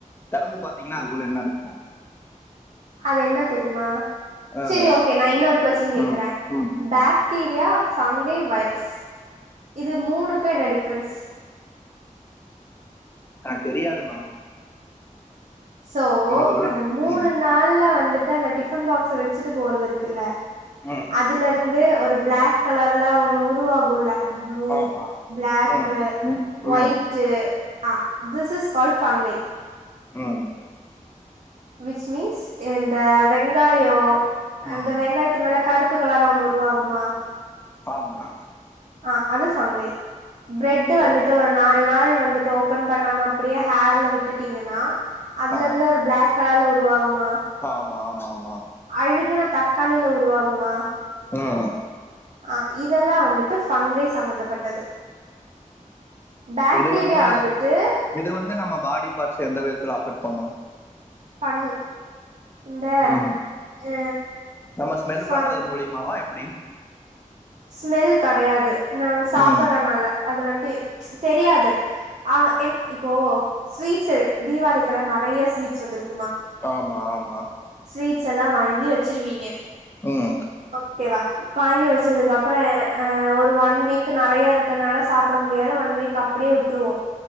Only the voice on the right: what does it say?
அது என்ன தெரியுமா
செரி ஓக்கே நான் இன்னொரு கொஸ்டின் கேக்குறேன்
பேக்
பாக்டீரியா ஃபங்கை வைரஸ் இது மூணுக்கு என்ன டிஃப்ரென்ஸ்
சோ
அந்த மூணு
நாள்ல வந்துட் டு அந்த டிஃபன் பாக்ஸ வச்சிட்டு போறது இருக்குல்ல
அதுல இருந்து ஒரு பிளாக் கலர்ல ஒன்னு உருவாகுள்ள ப்ளூ
பிளாக்கு
ஒயிட்டு ஆஹ் திஸ் இஸ் கால் ஃபங்கை
விச் மீன்ஸ் இந்த வெங்காயம் இந்த
வெங்காயத்து மேல கருப்பு கலரா ஒண்ணு உருவாகுமா
ஆஹ் அது ஃபங்கை பிரெட் வந்துட்டு
ஒரு நாலு நாள் வந்துட்டு பன் பண்ணாம அப்படியே ஹேர்ல விட்டுட்டீங்கன்னா அதுல
இருந்து ஒரு பிளாக் கலர்ல உருவாகுமா
அழுகுன தக்காளில உருவாகுமா
ஆஹ் இதெல்லாம் வந்துட்டு ஃபங்கை சம்மந்தப்பட்டது பாக்டீரியா
வந்துட்டு
பண்ணும் இந்த
ஹ
ப
ஸ்மெல் கறையாது நான் சாப்பிறனால
அது வண்டு தெரியாது ஆஹ என் இப்போ ஸ்வீட்ஸ் தீவாளிக்குல்லாம் நறையா ஸ்வீட்ஸ் வந்துருக்கும்
ஸ்வீட்ஸ் எல்லாம் வாங்கி வச்சிருவீங்க
ஓகே வா வாங்கி வச்சதுக்கு அப்புற அஹ் ஒரு ஒன் வீக் நறையா இருக்கறனால சாப்பிட முடியாது ஒன் வீக் அப்டியே விட்டுருவோம்